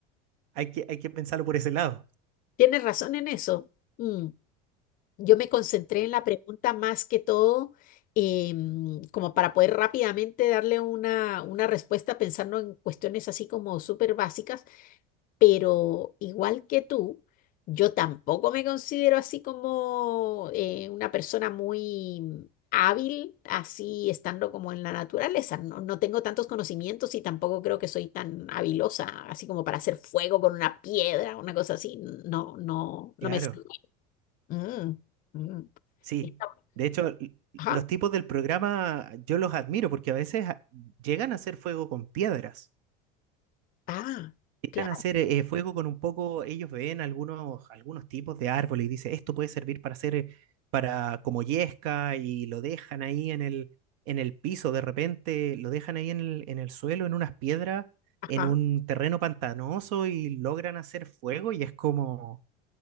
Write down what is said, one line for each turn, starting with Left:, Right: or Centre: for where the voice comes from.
Right: hay que, hay que pensarlo por ese lado.
Left: Tienes razón en eso. Mm. Yo me concentré en la pregunta más que todo, em, como para poder rápidamente darle una, una respuesta pensando en cuestiones así como súper básicas, pero igual que tú, yo tampoco me considero así como eh, una persona muy hábil, así estando como en la naturaleza. No, no tengo tantos conocimientos y tampoco creo que soy tan habilosa, así como para hacer fuego con una piedra, una cosa así. No, no, no
Right: Claro,
Left: me... sale. Mm, mm.
Right: sí.
Left: está-
Right: De hecho, l-
Left: Ajá.
Right: los tipos del programa yo los admiro porque a veces a- llegan a hacer fuego con piedras.
Left: Ah,
Right: Llegan
Left: claro.
Right: a hacer eh, fuego con un poco, ellos ven algunos, algunos tipos de árboles y dicen, esto puede servir para hacer, eh, para como yesca y lo dejan ahí en el, en el piso, de repente lo dejan ahí en el, en el suelo, en unas piedras,
Left: Ajá.
Right: en un terreno pantanoso y logran hacer fuego y es como,